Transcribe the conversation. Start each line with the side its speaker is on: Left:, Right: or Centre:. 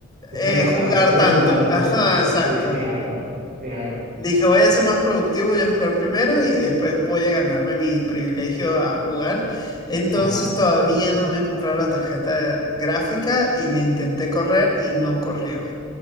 Right: Usarla
Left: eh, jugar
Right: para juegos,
Left: tanto.
Right: nada más.
Left: Ajá, exacto.
Right: Pues Sí, claro, claro.
Left: Dije, voy a ser más productivo, voy a jugar primero y después voy a ganarme mi privilegio a jugar. Entonces
Right: Ajá.
Left: todavía no me he comprado la tarjeta gráfica y le intenté correr y no corrió.